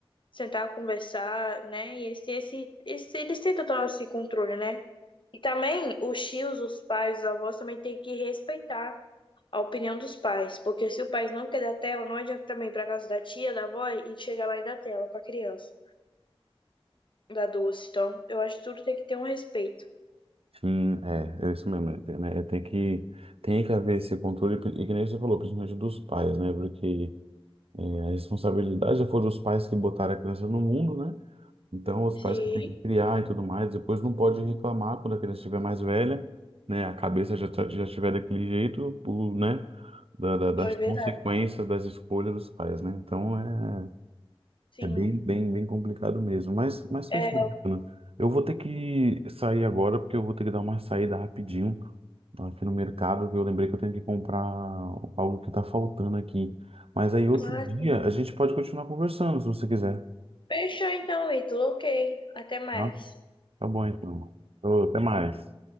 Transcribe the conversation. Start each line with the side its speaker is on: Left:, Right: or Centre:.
Left: sentar, conversar, né, e esse, esse, esse, eles têm total esse controle, né? E também os tios, os pais, os avós também têm que respeitar a opinião dos pais, porque se o pai não quer dar tela, não adianta também ir para casa da tia, da avó e chegar lá e dar tela para criança, dar doce. Então, eu acho que tudo tem que ter um respeito.
Right: Sim, é, é isso mesmo. É, tem, né? É, tem que, tem que haver esse controle, e que nem você falou, principalmente dos pais, né? Porque a responsabilidade já foi dos pais que botaram a criança no mundo, né? Então, os
Left: Sim,
Right: pais que têm que criar e tudo mais, depois não pode reclamar quando a criança estiver mais velha, né? A cabeça já, tá- já estiver daquele jeito, o, né? da- da- das
Left: é verdade.
Right: consequências das escolhas dos pais, né? Então, é,
Left: Sim.
Right: é bem, bem, bem complicado mesmo. Mas, mas fechou,
Left: É,
Right: bacana. Eu vou ter que sair agora, porque eu vou ter que dar uma saída rapidinho aqui no mercado, que eu lembrei que eu tenho que comprar algo que tá faltando aqui. Mas aí, outro
Left: ah,
Right: dia,
Left: sim.
Right: a gente pode continuar conversando, se você quiser.
Left: Fechou então, Ítalo. Ok. Até mais.
Right: tá? Tá bom, então. Ô, até mais.